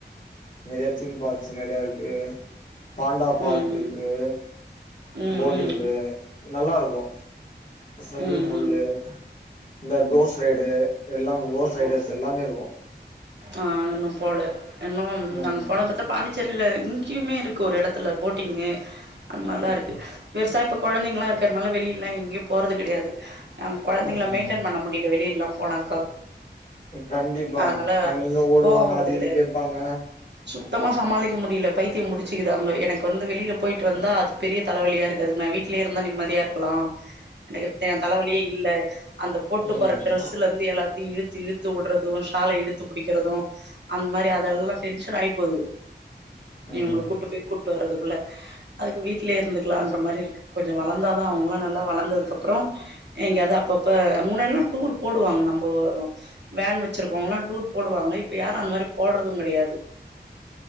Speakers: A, on the left; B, on the right.
A: நெறைய தீம் பார்க்கஸ்சு நெறையா இருக்கு பாண்டா பார்க்
B: ம்
A: இருக்கு
B: ம் ம்
A: போட்டிங்கு
B: ம்
A: நல்லா இருக்கு ஸ்விம்மிங்
B: ம்
A: புல்லு இந்த கோஸ்ட் ரைடு எல்லா கோஸ்ட் ரைடர்ஸ்
B: ம்
A: எல்லாமே இருக்கு
B: ஆ இன்னும் போல இன்னு
A: ம்
B: நாங்க போனத பாத்தா பாண்டிச் சேரில இங்கயுமே இருக்கு ஒரு இடத்துல போட்டிங்கு அந்த மாரிலா
A: ம்
B: இருக்கு பெர்சா இப்ப கொழந்தைங்கல்லா இருக்குறதுனால வெளியல்லா எங்கயு போறது கெடையாது ஆ கொழந்தைங்கள
A: ம்
B: மெயின்டைன் பண்ண முடியல வெளிலல்லா போனாக்கா
A: கண்டிப்பா
B: அதனால
A: அங்க இங்க ஓடுவாங்க
B: போக வுடுறது
A: அது இது
B: கெடையாது
A: கேப்பாங்க
B: சுத்தமா சமாளிக்க முடியல பைத்தியோ பிடிச்சிக்குது அங்க எனக்கு வந்து வெளில போயிட்டு வந்தா அது பெரிய தலைவலியா இருக்கு அதுக்கு நா வீட்டுலயே இருந்தா நிம்மதியா இருக்கலா எனக்கு ஏ தலவலியே இல்ல அந்த போட்டு
A: ம்
B: போற டிரரெஸ்ல
A: ஆ.
B: இருந்து எல்லாத்தையு இழுத்து இழுத்து உடுறது உ ஷால இழுத் து பிடிக்கிறது அந்த மாரி அதெல்லா டென்ஷன் ஆகி போகுது
A: ம்
B: இவங்கள கூப்ட்டு போய் கூட்டு போறதுக்குல்ல அதுக்கு வீட்லயே இருந்துக்கலான்ற மாரி இருக்கு கொஞ்சம் வளர்ந்தாதான் அவங்களும் நல்லா வளர்ந்ததுக்கு அப்றம் எங்கேயாவது அப்பப்ப முன்னல்லாம் டூர் போடுவாங்க நம்போ வேன் வச்சிருக்கோன்னா டூர் போடுவாங்க இப்ப யாரும் அந்த மாரி போடுறதும் கெடையாது